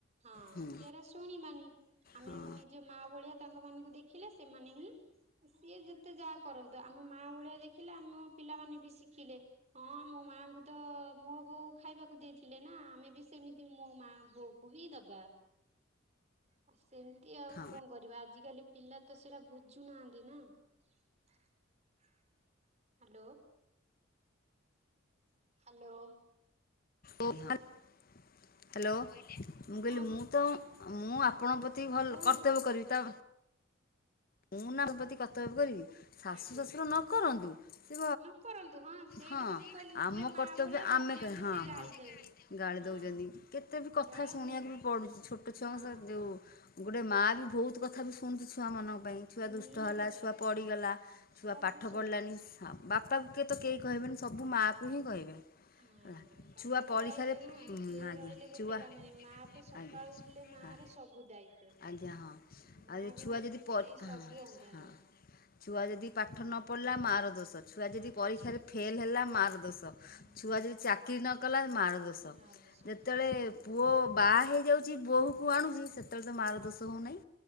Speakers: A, on the right; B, on the left.
A: ହଁ
B: ହୁଁ
A: ସେଟା ଶୁଣିବାନି ମାନେ
B: ହଁ
A: ଆମେ ମା ଭଳିଆ ତାଙ୍କ ମାନଙ୍କୁ ଦେଖିଲେ ସେମାନେ ହିଁ ସିଏ ଯେତେ ଯାହା କରନ୍ତୁ। ଆମେ ମାଆ ଭଳିଆ ଦେଖିଲେ ଆମେ ପିଲାମାନେ ବି ଶିଖିଲେ ହଁ ମୋ ମାଙ୍କୁ ତ ମୋ ବୋଉ ଖାଇବାକୁ ଦେଇଥିଲେ ନା ଆମେ ବି ସେମିତି ମୋ ମା ବୋଉକୁ ହିଁ ଦବା ଆ ସେମିତି ଆଉ।
B: ହଁ
A: କଣ କରିବା ଆଜିକାଲି ପିଲା ତ ସେଟା ବୁଝୁନାହାନ୍ତି ନା ହ୍ୟାଲୋ। ହ୍ୟାଲୋ।
B: ଓ। ହେଲୋ ମୁଁ କହିଲି
A: ହଁ
B: ମୁଁ ତ। ମୁଁ ଆପଣଙ୍କ ପ୍ର ଏତିକ ଭଲ
A: କୁହନ୍ତୁ
B: କର୍ତ୍ତବ୍ୟ କରିବି ତ ମୁଁ ନା ତମ ପ୍ରତି କର୍ତ୍ତବ୍ୟ କରିବି। ଶାଶୁ
A: ଆଜ୍ଞା।
B: ଶାଶୁର ନ କରନ୍ତୁ ସେ
A: ନ କରନ୍ତୁ ସେଇଟା
B: ହଁ
A: ତ ମୁଁ କହିଲି ନିଜ
B: ଆମ
A: ମା
B: କର୍ତ୍ତବ୍ୟ
A: ଭଳିଆ ଭାବିବ
B: ଆମେ ହଁ
A: ଯେ
B: ହଁ
A: ସେ ଗାଳି ଦଉ।
B: ଗାଳି
A: ହଁ
B: ଦଉଛନ୍ତି କେତେ ବି କଥା
A: ଗାଳନ୍ତୁ
B: ଶୁଣିବାକୁ ବି ପଡୁଛି ଛୋଟ ଛୁଆଙ୍କ
A: ହଁ
B: ସହ ଯୋଉ। ଗୋଟେ ମାଆ ବି ବହୁତ କଥା ବି ଶୁଣୁଛି ଛୁଆମାନଙ୍କ। ପାଇଁ ଛୁଆ ଦୁଷ୍ଟ
A: ନିହାତି
B: ହେଲା
A: ତ
B: ଛୁଆ ପଡ଼ିଗଲା ଛୁଆ
A: ସବୁ
B: ପାଠ
A: ସବୁ।
B: ପଢ଼ିଲାନି। ବାପା କୁ ତ କେହି କହିବେନି। ସବୁ ମାଆକୁ ହିଁ କହିବେ
A: ହଁ
B: ହେଲା
A: ବାପା
B: ଛୁଆ
A: ତ
B: ପରୀକ୍ଷାରେ
A: ରହିଲେ ନା ସିଏ
B: ଆଜ୍ଞା
A: ରହିଲେ ଗୋଟେ
B: ଛୁଆ
A: କାମରେ ମା ତ ସକାଳୁ
B: ଆଜ୍ଞା
A: ଉଠିଲେ ମା
B: ହଁ
A: ର ସବୁ ଦାୟିତ୍ଵ
B: ଆଜ୍ଞା ହଁ
A: ମା
B: ଆଉ ଛୁଆ
A: ବିନା
B: ଯଦି
A: କି ଅଛି
B: ପର
A: ସବୁ
B: ହଁ
A: ଅନ୍ଧାର।
B: ହଁ ଛୁଆ ଯଦି ପାଠ ନ ପଢିଲା ମା ର। ଛୁଆ
A: ମାର
B: ଯଦି ପରୀକ୍ଷାରେ
A: ସବୁ
B: ଫେଲ ହେଲା। ମାର୍କ୍। ଦୋଷ
A: ହୁଁ
B: ଛୁଆ ଯଦି ଚାକିରି ନ କଲା ମାର ଦୋଷ
A: ମାର ସବୁ
B: ଯେତେବେଳେ ପୁଅ। ବାହା ହେଇଯାଉଛି ବୋହକୁ ଆଣୁଛି ସେତେବେଳେ ତ ମାର ଦୋଷ ହେଉନାହିଁ।